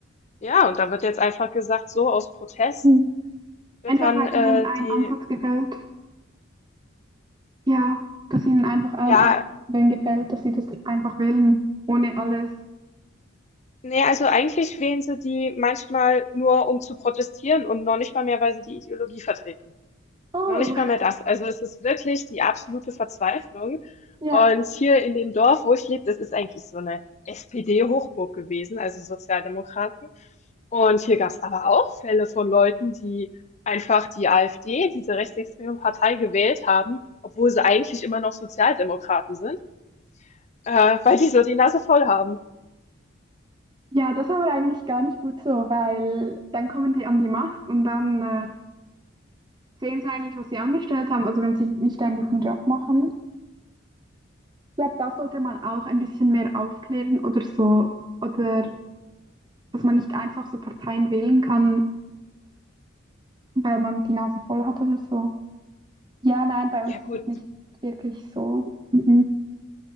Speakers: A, on the left; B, on the right.
A: ja, und da wird jetzt einfach gesagt, so aus Protest
B: Mhm.
A: wird
B: Einfach
A: dann
B: weil
A: äh,
B: ihnen ein
A: die,
B: Ansatz gefällt. Ja, dass ihnen einfach ein
A: ja,
B: Ansatz wählen gefällt, dass sie das einfach wählen, ohne alles.
A: nee, also eigentlich wählen sie die manchmal nur, um zu protestieren und noch nicht mal mehr, weil sie die Ideologie vertreten.
B: Oh,
A: Noch nicht mal mehr das. Also es ist wirklich die absolute Verzweiflung.
B: ja.
A: Und hier in dem Dorf, wo ich lebe, das ist eigentlich so eine SPD-Hochburg gewesen, also Sozialdemokraten. Und hier gab es aber auch Fälle von Leuten, die einfach die AfD, diese rechtsextreme Partei, gewählt haben, obwohl sie eigentlich immer noch Sozialdemokraten sind, äh, weil die so die Nase voll haben.
B: Ja, das ist aber eigentlich gar nicht gut so, weil dann kommen die an die Macht und dann äh, sehen sie eigentlich, was sie angestellt haben, also wenn sie nicht einen guten Job machen. Ich glaube, da sollte man auch ein bisschen mehr aufklären oder so, oder dass man nicht einfach so Parteien wählen kann, weil man die Nase voll hat oder so. Ja, nein, bei
A: Ja
B: uns ist
A: gut,
B: das nicht wirklich so. Mhm.